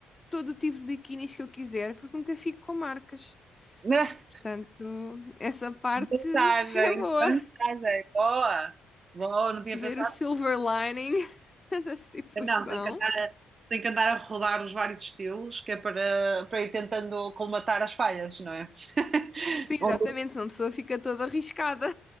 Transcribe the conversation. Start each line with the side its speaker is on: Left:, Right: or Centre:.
Left: todo o tipo de biquinis que eu quiser, porque nunca fico com marcas.
Right: <laughs>
Left: Portanto, essa parte
Right: Vantagem,
Left: <laughs> é boa.
Right: vantagem, boa, boa, não tinha
Left: Ver
Right: pensado,
Left: o silver lining <laughs> da situação.
Right: não, tenho que andar a, tenho que andar a rodar os vários estilos, que é para, para ir tentando colmatar as falhas, não é? <laughs>
Left: Sim,
Right: Bom,
Left: exatamente, senão a pessoa fica toda arriscada.